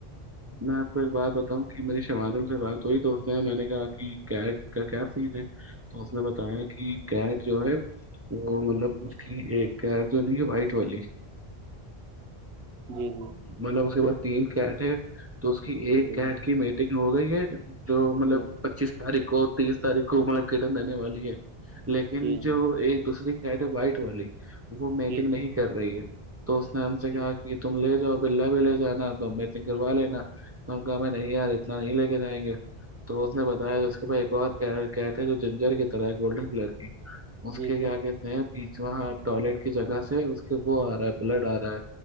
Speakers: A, on the right (about 20°); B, on the right (about 80°).
A: میں آپ کو ایک بار بتاؤں کہ میری شمارم سے بات ہوئی تو اس نے میں نے کہا کہ کیٹ کا کیا سیز ہے تو اس نے بتایا کہ گٹ جو ہے وہ مطلب
B: جی جی
A: اس کی ایکید جو ن وائٹ والی
B: جی جی
A: مطلب اس کے بعس تین کیٹ ہے تو اس کی ایک
B: جی
A: کیٹ کی میٹنگ ہو گئی ہے جو مطلب
B: جی جی
A: پچیس تاریخ کو تیس تاریخ کو مطلب کرٹن رہنے والی ہے لیکن
B: جی جی
A: جو ایک دوسری کیٹ ہے وائٹ والی وہ
B: جی
A: میٹنگ نہیں کر رہی ہے تو اس نے ہم
B: جی
A: سے کہا کہ تم لے جاؤ بلا بھی لے جانا تو میٹنگ کروا لینا ہم کہ نہیں یار اتنا نہیں لے کے جائیں گے تو اس نے بتایا اس کے پا ایک اور کیٹ ہے جو جنجر کی طرح گولڈن کلر کی م
B: جی
A: کے
B: جی
A: کیا آ کے میں بیچ وہاں ٹوائلٹ کی جگہ سے اس کے وہ آ رہا ہے بلڈ آ رہا ہے